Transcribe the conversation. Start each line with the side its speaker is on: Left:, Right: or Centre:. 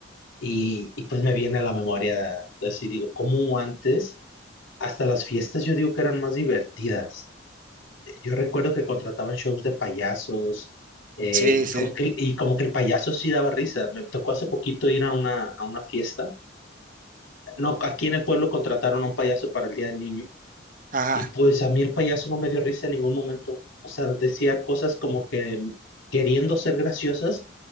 Left: Y, y pues me viene a la memoria. Entonces, y digo, ¿cómo antes? Hasta las fiestas yo digo que eran más divertidas. Eh, Yo recuerdo que contrataban shows de payasos eh,
Right: sí,
Left: y,
Right: sí.
Left: como que, y como que el payaso sí daba risa. Me tocó hace poquito ir a una, a una fiesta. No, aquí en el pueblo contrataron a un payaso para el Día del Niño
Right: Ajá.
Left: y pues a mí el payaso no me dio risa en ningún momento. O sea, decía cosas como que queriendo ser graciosas